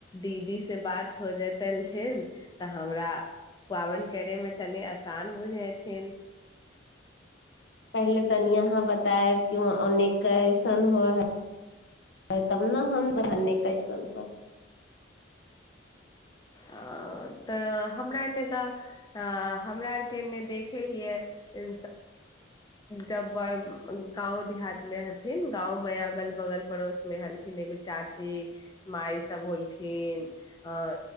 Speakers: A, on the left; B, on the left.
A: दीदी से बात हो जेत एलथिन तऽ हमरा पाबनि करे मे तनी आसान बुझै थिन
B: पहिले तनि अहाँ बतायब कि वाँ ओने कैसन होय हय तब ने हमने कैसन
A: अ तऽ हमरा एने तऽ अ हमरा आरके एने देखै हियए जब बड़ गाँव देहातमे हथिन गाँवमे अगल बगल पड़ोसमे हलखिन एगो चाची माइ सभ होलखिन अ